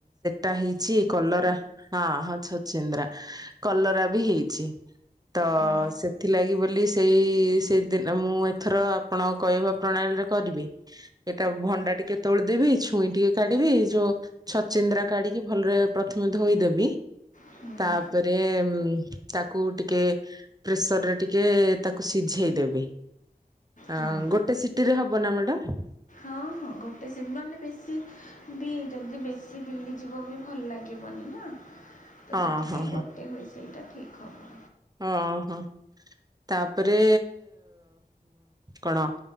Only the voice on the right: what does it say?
<unintelligible> ହେଇଚି କଲରା ହଁ ହଁ ଛଚିନ୍ଦ୍ରା କଲରା ବି ହେଇଛି ତ
ସେ ଥିଲାଗି ବୋଲି ସେଇ ସେଇଦିନ ମୁଁ ଏଥର ଆପଣଙ୍କ କହିବା ପ୍ରଣାଳୀରେ କରିବି। ଏଟା ଭଣ୍ଡା ଟିକେ ତୋଳିଦେବି ଛୁଇଁ ଟିକେ କାଢିବି ଯୋଉ ଛଚିନ୍ଦ୍ରା କାଢିକି ଭଲରେ ପ୍ରଥମେ ଧୋଇଦେବି।
ତାପରେ ତାକୁ ଟିକେ ପ୍ରେସର୍ ରେ ଟିକେ ତାକୁ ସିଝେଇ ଦେବି। ଆ
ଗୋଟେ ସିଟିରେ ହବ ନା ମ୍ୟାଡ଼ମ୍?
ହଁ
ହଁ
ଓହୋ ତାପରେ କଣ?